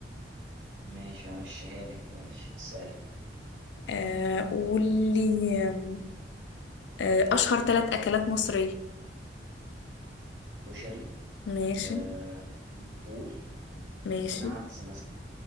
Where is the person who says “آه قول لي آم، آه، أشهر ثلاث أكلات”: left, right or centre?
Left